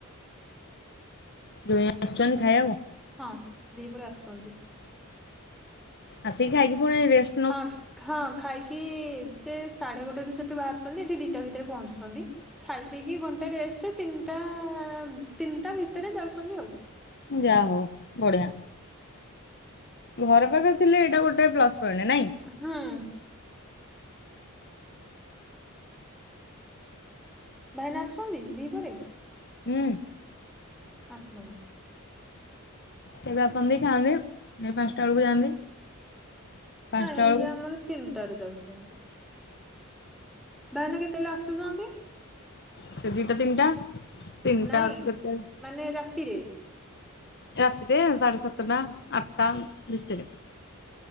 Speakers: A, on the left; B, in the centre.
A: ଜ ଆସୁଛନ୍ତି ଖାଇବାକୁ
B: ହଁ ଦିପହରେ ଆସୁଛନ୍ତି।
A: ଆତି ଖାଇକି ପୁଣିରେଷ୍ଟ-
B: ହଁ ହଁ ଖାଇକି ସେ ସାଢେ ଗୋଟେ ରୁ ସେଠୁ ବାହାରୁଛନ୍ତି ଏଠି ଦିଟା ଭିତରେ ପହଞ୍ଚୁଛନ୍ତି। ଖାଇ ପିଇକି ଘଣ୍ଟା ରେଷ୍ଟ ତିନିଟା ତିନିଟା ଭିତରେ ଯାଉଛନ୍ତି ଆଉ।
A: ଯା ହଉ ବଢିଆ। ଘର ପାଖରେ ଥିଲେ ଏଇଟା ଗୋଟେ ପ୍ଲସ ପଏଣ୍ଟ ନାଇଁ।
B: ହଁ ଭାଇନା ଆସୁଛନ୍ତି ଦି ପହରେ?
A: ହୁଁ
B: ଆସୁଛନ୍ତି
A: କେବେ ଆସନ୍ତି ଖାଆନ୍ତି ଏ ପାଞ୍ଚଟା ବେଳକୁ ଯାଆନ୍ତି। ପାଞ୍ଚଟା
B: ଇଁ
A: ବେଳକୁ
B: ଇଏ ଆମର ତିନିଟାରେ ଯାଉଛନ୍ତି। ଭଇନା କେତେବେଳେ ଆସୁଛନ୍ତି?
A: ସେ ଦିଟା ତିନିଟା। ତିନିଟା
B: ନାଇଁ
A: କେତେ
B: ମାନେ ରାତିରେ।
A: ରାତିରେ ସାଢେ ସାତଟା ଆଠଟା ଭିତରେ।